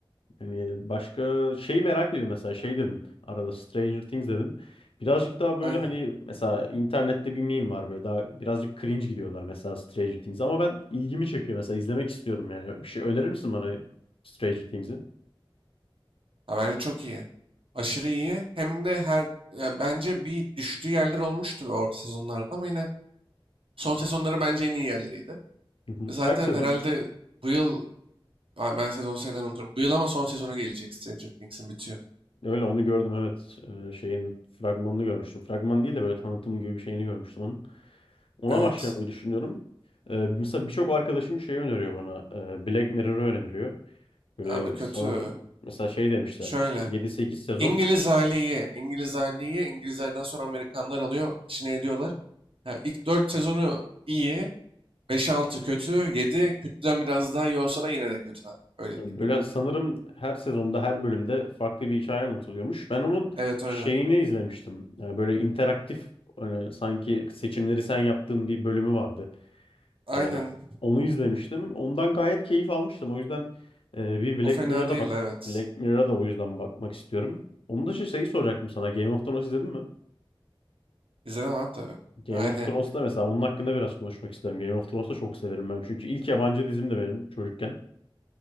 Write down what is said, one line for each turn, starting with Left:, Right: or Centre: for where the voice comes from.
Left: hani başka şeyi merak ediyorum mesela şey dedin. Arada Stranger Things dedin. Birazcık daha böyle
Right: aynen.
Left: hani mesela internette bir meme var böyle daha birazcık cringe gidiyorlar mesela Stranger Things ama ben ilgimi çekiyor mesela izlemek istiyorum yani. Bir şey önerir misin bana Stranger Things'i?
Right: Ya bence çok iyi. Aşırı iyi. Hem de her ya bence bir düştüğü yerler olmuştu ve orta sezonlarda ama yine son sezonları bence en iyi yerleriydi.
Left: Hı hı.
Right: Ve Zaten
Left: Kaç sezon?
Right: herhalde bu yıl Ay, ben sezon sayılarını unuturum. Bu yıl ama son sezonu gelecek Stranger Things'in bitiyor.
Left: Öyle onu gördüm evet. Ee, şeyin fragmanını görmüştüm. Fragman değil de böyle tanıtım gibi bir şeyini görmüştüm onun. Ona
Right: Evet.
Left: başlamayı düşünüyorum. Ee, mesela birçok arkadaşım şey öneriyor bana. e, Black Mirror'ı öneriyor. Böyle
Right: Abi kötü.
Left: sanırım mesela şey demişlerdi
Right: Şöyle.
Left: işte yedi sekiz sezon
Right: İngiliz hali iyi. İngiliz hali iyi. İngilizlerden sonra Amerikanlar alıyor. içine ediyorlar. Ya ilk 4 sezonu iyi. beş altı kötü. yedi kötüden biraz daha iyi olsa da yine de kötü abi. Öyle
Left: ya
Right: diyeyim.
Left: böyle
Right: yani.
Left: sanırım her sezonda her bölümde farklı bir hikaye anlatılıyormuş. Ben onun
Right: Evet
Left: şeyini
Right: öyle.
Left: izlemiştim. Yani böyle interaktif hani sanki seçimleri sen yaptığın bir bölümü vardı.
Right: Aynen.
Left: Ee, onu izlemiştim. Ondan gayet keyif almıştım. O yüzden e, bir Black
Right: O fena
Left: Mirror'a
Right: değildi
Left: da bak.
Right: evet.
Left: Black Mirror'a da o yüzden bakmak istiyorum. Onun dışı şeyi soracaktım sana. Game of Thrones izledin mi?
Right: İzledim abi tabii.
Left: Game
Right: Aynı
Left: of Thrones'ta mesela onun hakkında biraz konuşmak isterim. Game of Thrones'ta çok severim ben. Çünkü ilk yabancı dizim de benim çocukken.